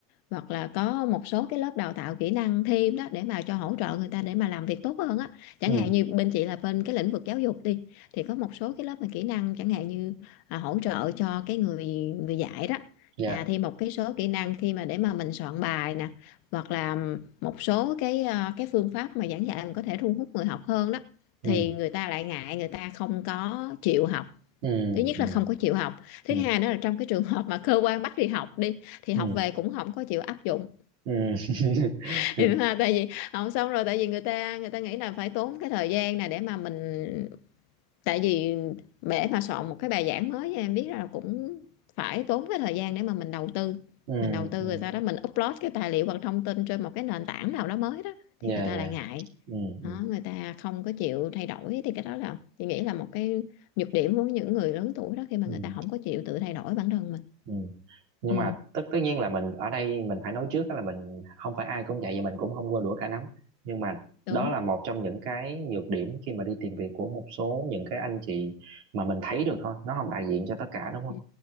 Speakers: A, on the left; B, on the right.
A: hoặc là có một số cái lớp đào tạo kỹ năng thêm đó để mà cho hỗ trợ người ta để mà làm việc tốt hơn á chẳng
B: ừ
A: hạn như bên chị là bên cái lĩnh vực giáo dục đi thì có một số cái lớp mà kỹ năng chẳng hạn như à, hỗ trợ cho cái người người dạy đó
B: dạ
A: à, thêm một cái số kỹ năng khi mà để mà mình soạn bài nè hoặc là một số cái à, cái phương pháp mà giảng dạy mình có thể thu hút người học hơn đó
B: ừ
A: thì người ta lại ngại người ta không có chịu học
B: ừ
A: thứ nhất
B: ừ
A: là không có chịu học thứ
B: ừ
A: hai nữa là trong cái trường hợp mà cơ quan bắt đi học đi thì
B: ừ
A: học về cũng không có chịu áp dụng
B: ừ <laughs>
A: <laughs> tại vì học xong rồi tại vì người ta người ta nghĩ là phải tốn cái thời gian này để mà mình tại vì để mà soạn một cái bài giảng mới em biết là cũng phải tốn cái thời gian để mà mình đầu tư
B: ừ
A: mình đầu tư
B: ừ
A: rồi sau đó mình upload cái tài liệu hoặc thông tin trên một cái nền tảng nào đó mới đó
B: dạ
A: thì người ta
B: dạ
A: lại ngại
B: ừ ừ
A: đó, người ta không có chịu thay đổi thì cái đó là chị nghĩ là một cái nhược điểm của những người lớn tuổi đó khi mà
B: ừ
A: người ta không có chịu tự thay đổi bản thân mình
B: ừ nhưng
A: ừ,
B: mà tất tất nhiên là mình ở đây mình phải nói trước đó là mình không phải ai cũng vậy và mình cũng không qua đũa cả nắm nhưng mà
A: đúng
B: đó là một trong những cái nhược điểm khi mà đi tìm việc của một số những cái anh chị mà mình thấy được thôi nó không đại diện cho tất cả đúng không
A: ừ.